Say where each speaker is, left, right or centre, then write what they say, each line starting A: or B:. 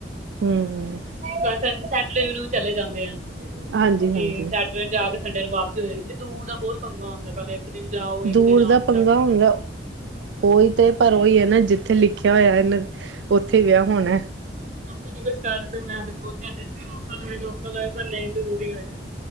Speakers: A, on the right; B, on the right.
A: ਹੂੰ ਹੂੰ।
B: ਤਾਂ ਸੈਟਰਡੇ ਨੂੰ ਚਲੇ ਜਾਂਦੇ ਆ
A: ਹਾਂਜੀ
B: ਤੇ
A: ਹਾਂਜੀ
B: ਸੈ ਜਾ ਕੇ ਸੰਡੇ ਨੂੰ ਵਾਪਸੀ ਹੋਏਗੀ, ਇਹ ਦੂਰ ਦਾ ਬਹੁਤ ਪੰੰਗਾ ਹੁੰਦਾ ਪਹਿਲੇ ਇੱਕ ਦਿਨ ਜਾਓ ਇੱਕ
A: ਦੂਰ
B: ਦਿਨ
A: ਦਾ
B: ਆਨ ਚ
A: ਪੰਗਾ
B: ਲੱਗ ਜਾਂਦਾ।
A: ਹੁੰਦਾ ਉਹੀ ਤੇ ਪਰ ਉਹੀ ਹੈ ਨਾ ਜਿੱਥੇ ਲਿਖਿਆ ਹੋਇਆ ਇਹਨੇ। ਉੱਥੇ ਵਿਆਹ ਹੋਣ।
B: ਅਸੀ ਨੀ ਕੁਛ ਕਰਦੇ ਮੈਂ ਤੇ ਪਰ ਕਰਦੇ ਸੀ ਲੋਕਾਂ ਨੂੰ ਲੋਕਲ ਹੋਏ ਪਰ ਨਹੀਂ ਦੂਰ ਹੀ ਹੋਇਆ।